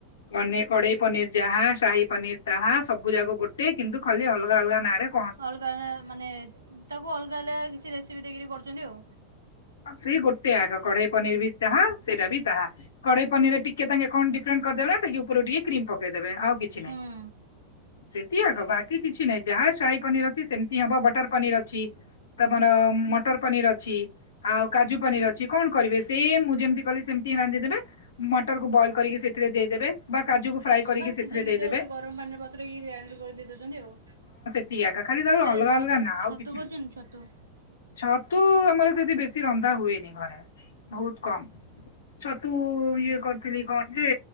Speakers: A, on the left; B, on the right.
A: ମାନେ କଡେଇ ପନିର ଯାହା ସାହି ପନିର ତାହା ସବୁ ଯାକ ଗୋଟେ କିନ୍ତୁ ଖାଲି ଅଲଗା ଅଲଗା ନାଁ ରେ
B: ଅଲଗା ଅଲଗା ମାନେ ତାକୁ ଅଲଗା ଅଲଗା କିଛି ରେସିପି ଦେଇକିରି କରୁଛନ୍ତି ଆଉ।
A: ସେଇ ଗୋଟେ ଆଗ କଢେଇ ପନିର ବି ତାହା ସେଇଟା ବି ତାହା। କଡେଇ ପନିରରେ ଟିକେ ତାଙ୍କେ କଣ ଡିଫରେଣ୍ଟ କରିଦେବେ ସେ ଯଉ ଉପରୁ ଟିକେ କ୍ରିମ ପକେଇ ଦେବେ ଆଉ କିଛି
B: ହୁଁ।
A: ନାଇଁ। ସେତି ଆଗ ବାକି କିଛି ନାହିଁ ଯାହା ଶାହି ପନିର ଅଛି ସେମିତି ହବ ବଟର ପନିର ଅଛି। ତମର ମଟର ପନିର ଅଛି। ଆଉ କାଜୁ ପନିର ଅଛି କଣ କରିବେ ସେମ ମୁଁ ଯେମିତି କଲି ସେମିତି ରାନ୍ଧିଦେବେ। ମଟରକୁୁ ବଏଲ୍ କରିକି ସେଥିରେ ଦେଇଦେବେ ବା କାଜୁକୁ ଫ୍ରାଏ
B: ହଁ
A: କରିକି
B: ବା
A: ସେଥିରେ
B: ସିଝେଇକି
A: ଦେଇଦେବେ।
B: ତ ଗରମ ପାଣି ରେ ବତୁରେଇ କି ଦେଇ ଦେଉଛନ୍ତି ଆଉ
A: <unintelligible> ଖାଲି <unintelligible> ଅଲଗା
B: ଆରେ ଛତୁ
A: ଅଲଗା ନା ଆଉ
B: ଛତୁ
A: କିଛି
B: କରୁଛନ୍ତି
A: ନାହିଁ
B: ଛତୁ
A: ଛତୁ ଆମର ଯଦି ବେଶୀ କି ରନ୍ଧା ହୁଏନି ଘରେ ବହୁତ କମ୍। ଛତୁ
B: ହୁଁ
A: ଇଏ କରିଥିଲି କଣ ଯେ